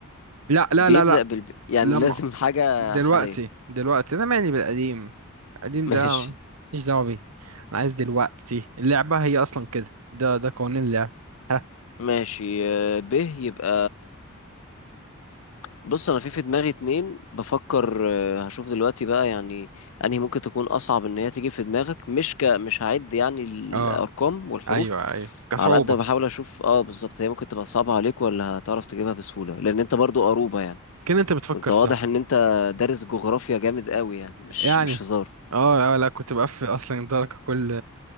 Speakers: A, on the right; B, on the left.
A: لا لا
B: بيبدأ
A: لا لا
B: بال يعني
A: لمع
B: لازم حاجة
A: دلوقتي
B: حالية
A: دلوقتي انا مالي بالقديم القديم
B: ماشي
A: ده ماليش دعوه بيه انا عايز دلوقتي اللعبه هي اصلا كده ده ده قوانين اللعبه ها
B: ماشي آه، ب يبقى بص انا في في دماغي اتنين بفكر آه، هشوف دلوقتي بقى يعني انهي ممكن تكون اصعب ان هي تيجي في دماغك مش ك مش هعد يعني الارقام
A: اه
B: والحروف
A: ايوه ايوه كصعوبه
B: على قد ما بحاول اشوف اه بالظبط هي ممكن تبقى صعبة عليك ولا هتعرف تجيبها بسهولة لان انت برضو قروبة يعني
A: كده انت بتفكر
B: وانت واضح
A: صح
B: ان انت دارس جغرافيا جامد قوي يعني مش
A: يعني
B: مش هزار
A: اه آه، لا كنت بقفل اصلا درجه كل